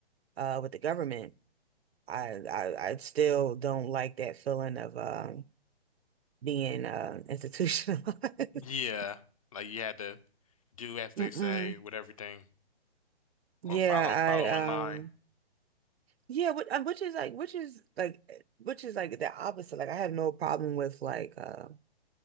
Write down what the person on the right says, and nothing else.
uh, with the government, I, I I still don't like that feeling of um being uh, institutionalized.
<laughs> Mm-mm.
Yeah,
I
um
yeah, which, which is like which is like eh, which is like the opposite. Like I have no problem with like uh